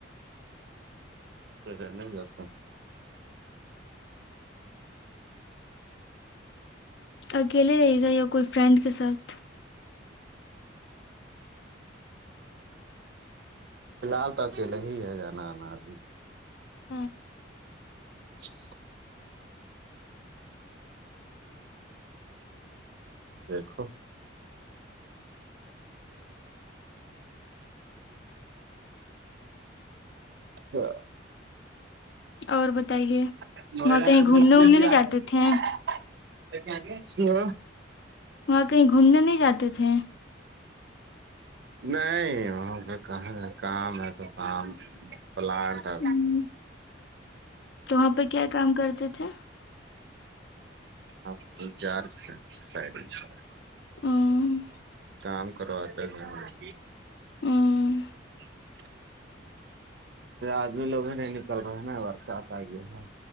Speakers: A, on the right (about 60°); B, on the left (about 65°).
A: تو رہ نہیں جاتا
B: اکیلے رہے گا یا کوئی فرینڈ کے ساتھ
A: فی الحال تو اکیلے ہی ہے جانا آنا جی
B: ہاں
A: <inaudible> دیکھو تو
B: اور بتائیے
A: <unintelligible>
B: وہاں کہیں گھومنے وومنے نہیں جاتے تھے وہاں کہیں گھومنے نہیں جاتے تھے
A: نہیں وہاں پہ کہاں ہے کام ہے تو کام پلانٹر
B: ہم، تو وہاں پہ کیا کام کرتے تھے
A: ہم ایچ ار سائڈچار
B: ہ
A: کام کرواتا ہے گاوں میں
B: ہوں
A: <inaudible> آدمی لوگ نہیں نکل رہاہے نا برسات آ گیا ہے